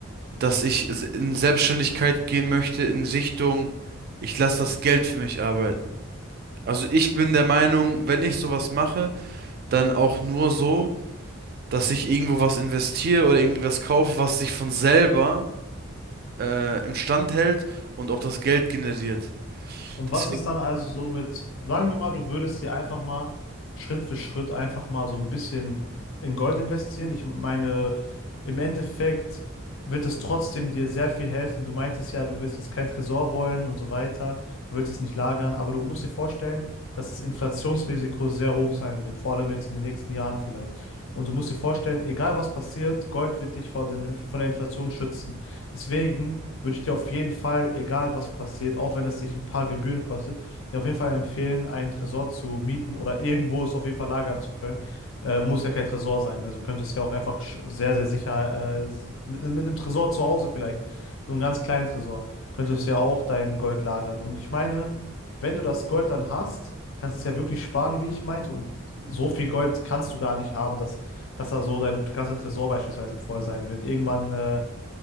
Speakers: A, on the right (about 45°); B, on the left (about 65°).
A: dass ich s- in Selbstständigkeit gehen möchte in Richtung, ich lasse das Geld für mich arbeiten. Also ich bin der Meinung, wenn ich sowas mache, dann auch nur so, dass ich irgendwo was investiere oder irgendwie was kaufe, was sich von selber äh, instand hält und auch das Geld generiert.
B: Und
A: Deswegen,
B: was ist dann also so mit, sagen wir mal, du würdest dir einfach mal Schritt für Schritt einfach mal so ein bisschen in Gold investieren. Ich meine, im Endeffekt wird es trotzdem dir sehr viel helfen. Du meintest ja, du willst jetzt kein Tresor wollen und so weiter. Du willst es nicht lagern, aber du musst dir vorstellen, dass das Inflationsrisiko sehr hoch sein wird, vor allem jetzt in den nächsten Jahren vielleicht. Und du musst dir vorstellen, egal was passiert, Gold wird dich von den, von der Inflation schützen. Deswegen würde ich dir auf jeden Fall, egal was passiert, auch wenn es dich ein paar Gebühren kostet, dir auf jeden Fall empfehlen, einen Tresor zu mieten oder irgendwo es auf jeden Fall lagern zu können. Äh, muss ja kein Tresor sein. Also könntest ja auch einfach sch- sehr, sehr sicher äh, mit, mit einem Tresor zu Hause vielleicht, so einem ganz kleinen Tresor, könntest ja auch dein Gold lagern. Und ich meine, wenn du das Gold dann hast, kannst du es ja wirklich sparen, wie ich meinte. Und so viel Gold kannst du gar nicht haben, dass, dass da so dein ganzer Tresor beispielsweise voll sein wird. Irgendwann. Äh,